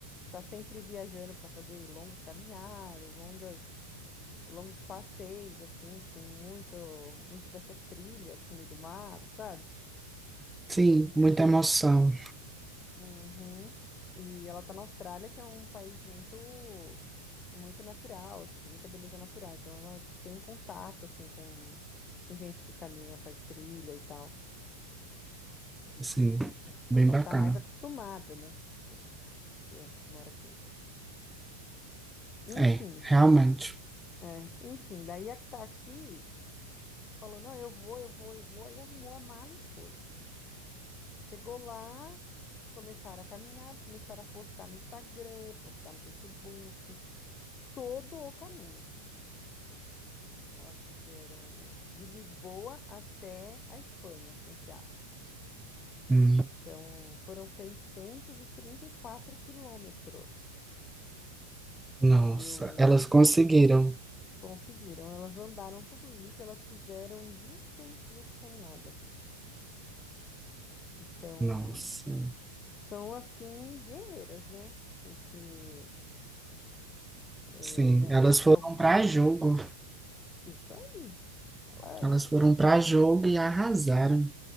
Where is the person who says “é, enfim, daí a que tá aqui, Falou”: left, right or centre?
Left